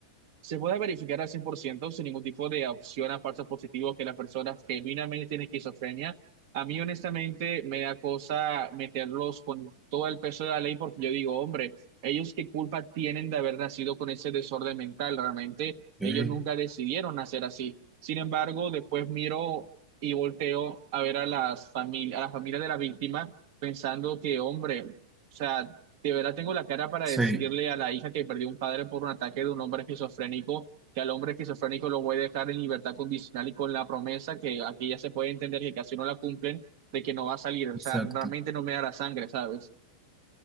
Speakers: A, on the right; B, in the centre.
A: se puede verificar al 100% sin ningún tipo de opción a falsos positivos que la persona genuinamente tiene esquizofrenia. A mí, honestamente, me da cosa meterlos con todo el peso de la ley porque yo digo, hombre, ellos qué culpa tienen de haber nacido con ese desorden mental. Realmente,
B: ok.
A: ellos nunca decidieron nacer así. Sin embargo, después miro y volteo a ver a las familias, a la familia de la víctima pensando que, hombre, o sea, de verdad tengo la cara para
B: Sí,
A: decirle a la hija que perdió un padre por un ataque de un hombre esquizofrénico, que al hombre esquizofrénico lo voy a dejar en libertad condicional y con la promesa que aquí ya se puede entender que casi no la cumplen, de que no va a salir. O
B: exacto.
A: sea, realmente no me da la sangre, ¿sabes?